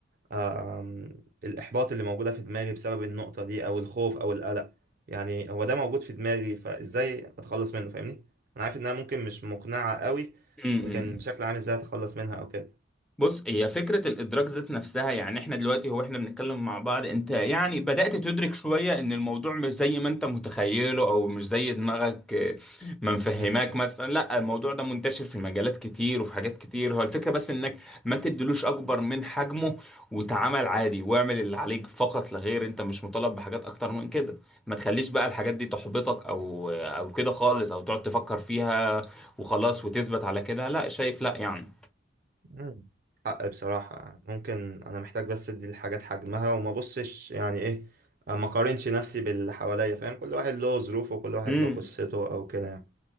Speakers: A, on the right (about 50°); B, in the centre.
A: آم، الإحباط اللي موجودة في دماغي بسبب النقطة دي أو الخوف أو القلق يعني هو ده موجود في دماغي فإزاي أتخلص منه فاهمني؟ أنا عارف إنها ممكن مش مقنعة قوي
B: م-
A: لكن
B: م.
A: بشكل عام إزاي أتخلص منها أو كده
B: بص هي فكرة الإدراك ذات نفسها يعني إحنا دلوقتي هو إحنا بنتكلم مع بعض أنت يعني بدأت تدرك شوية إن الموضوع مش زي ما أنت متخيله أو مش زي دماغك آه، ما مفهماك
A: م- م-
B: مثلا لا الموضوع ده منتشر في مجالات كتير وفي حاجات كتير هو الفكرة بس إنك ما تدلوش أكبر من حجمه وتعامل عادي واعمل اللي عليك فقط لا غير أنت مش مطالب بحاجات أكتر من كده ما تخليش بقى الحاجات دي تحبطك أو أو كده خالص أو تقعد تفكر فيها وخلاص وتثبت على كده لا شايف لا يعني
A: م. حق بصراحة ممكن أنا محتاج بس أدي الحاجات حجمها وما أبصش يعني إيه ما أقارنش نفسي باللي حواليا فاهم كل واحد له ظروفه وكل واحد
B: مم.
A: له قصته أو كده يعني